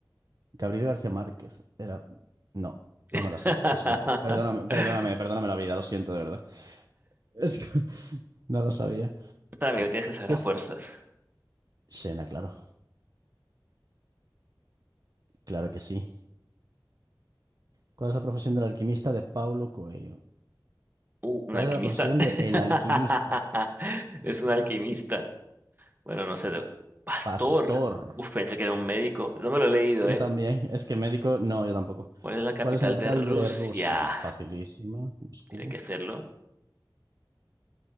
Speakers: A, on the right; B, on the right.
A: Gabriel García Márquez. Era... No, no me
B: <laughs>
A: la sé. Lo siento. Perdóname, perdóname, perdóname la vida. Lo siento, de verdad. Es que no lo sabía.
B: Esta también la tienes que saber
A: Es...
B: a fuerzas.
A: Xena, claro. Claro que sí. ¿Cuál es la profesión del alquimista de Paulo Coelho?
B: Uh,
A: ¿Cuál
B: un alquimista.
A: es la profesión
B: <laughs>
A: de el alquimista?
B: Es un alquimista. Bueno, no sé. de- Pastor.
A: Pastor.
B: Uf, pensé que era un médico. No me lo he leído,
A: Yo
B: ¿eh?
A: también. Es que médico, no, yo tampoco.
B: ¿Cuál es la capital
A: ¿Cuál es la capital
B: de Rusia?
A: de Rusia? Facilísima, Moscú.
B: Tiene que serlo.